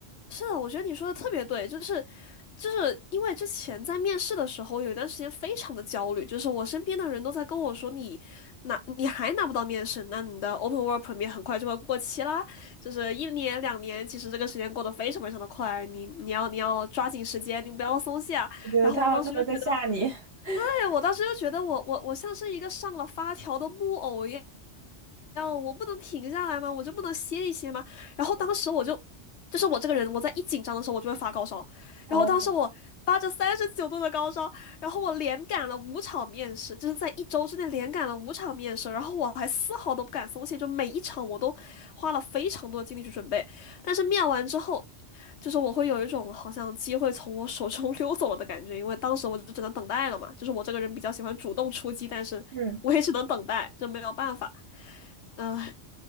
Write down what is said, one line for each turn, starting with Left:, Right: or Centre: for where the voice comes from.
Left: 是的，我觉得你说的特别对，就是就是因为之前在面试的时候，有一段时间非常的焦虑，就是我身边的人都在跟我说你拿你还拿不到面试，那你的 open work permit 很快就会过期啦，就是一年两年，其实这个时间过得非常非常的快，你你要你要抓紧时间，你不要松懈啊。
Right: 我觉得他他们在吓你。
Left: 然后我当时就觉得。
Right: <laughs>
Left: 对，我当时就觉得我我我像是一个上了发条的木偶一样，要我不能停下来吗？我就不能歇一歇吗？然后当时我就，就是我这个人，我在一紧张的时候我就会发高烧，
Right: 哦，
Left: 然后当时我发着三十九度的高烧，然后我连赶了五场面试，就是在一周之内连赶了五场面试，然后我还丝毫都不敢松懈，就每一场我都花了非常多的精力去准备，但是面完之后。就是我会有一种好像机会从我手中 <laughs> 溜走了的感觉，因为当时我就只能等待了嘛。就是我这个人比较喜欢主动出击，但是我也只能等待，
Right: 嗯，
Left: 这没有办法。嗯，